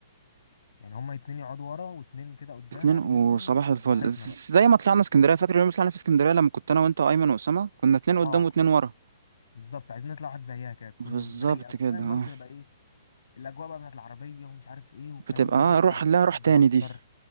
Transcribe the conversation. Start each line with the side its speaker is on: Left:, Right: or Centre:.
Left: يعني هما اتنين يقعدوا ورا واتنين كده قدام
Right: اتنين
Left: عادي
Right: وصباح
Left: جدا
Right: الفل
Left: براحتنا
Right: ز- زي ما طلعنا اسكندرية فاكر يوم ما طلعنا في اسكندرية لما كنت أنا وأنت وأيمن وأسامة كنا اتنين قدام
Left: اه
Right: واتنين ورا
Left: بالظبط عايزين نطلع واحد زيها كده تكون
Right: بالظبط
Left: رايقه وفاهم
Right: كده آه.
Left: برضه نبقى ايه الاجواء بقى بتاعت العربيه ومش عارف ايه والكلام
Right: بتبقى
Left: ده
Right: اه
Left: ونطلع
Right: روح لا روح
Left: عند
Right: تاني
Left: ماستر
Right: دي